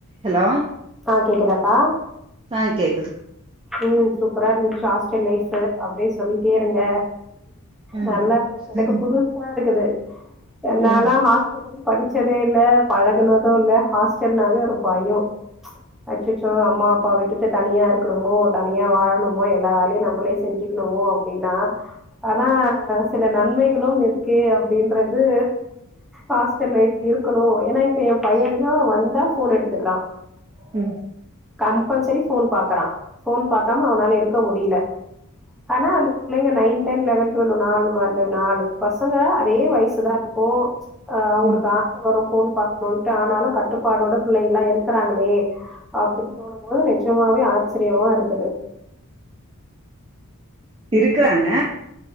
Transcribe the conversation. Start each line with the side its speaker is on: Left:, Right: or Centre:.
Right: Hello
Centre: ஆ கேக்குதாக்கா
Right: ஆ கேக்குது
Centre: ம் சூப்பரா இருந்துச்சு ஹாஸ்ட்டல் லைஃப் அப்டே சொல்லிட்டே இருங்க
Right: ம்
Centre: நல்லாருந்துச் எனக்கு
Right: ம்
Centre: புதுசாருக்குது என்னால
Right: ம்
Centre: ஹாஸ் படிச்சதே இல்ல பழகுனதும் இல்ல ஹாஸ்டல்னாவே ஒரு பயம் அச்சச்சோ அம்மா அப்பா விட்டுட்டு தனியா இருக்கணு மோ தனியா வாழணுமோ எல்லா வேலயும் நம்மளே செஞ்சுக்கணுமோ அப்டின் ஆனா சில நன்மைகளும் இருக்கு அப்டின்றது ஹாஸ்டல் லைப் இருக்கணும் ஏன்னா இப்ப என் பைய தா வந்தா ஃபோன் எடுத்துக்கறா
Right: ம்
Centre: கம்பல்சரி ஃபோன் பாக்கறான் ஃபோன் பாக்காம அவனால இருக்க முடில ஆனா அந்த புள்ளைங்க நைன் டென் லெவன் டுவல் நாலு அந்த நாலு பசங்க ஒரே வயசு தா இருக்கும் அவுங்களுக்கு
Right: ம்
Centre: ஒரு ஃபோன் பாக்கணுட்டு ஆனாலும் கட்டுப்பாடோட பிள்ளைங்கல்லா இருக்றாங்களே அப்டினு தோணும்போது நெஜமாவே ஆச்சரியமா இருக்குது
Right: இருக்றாங்க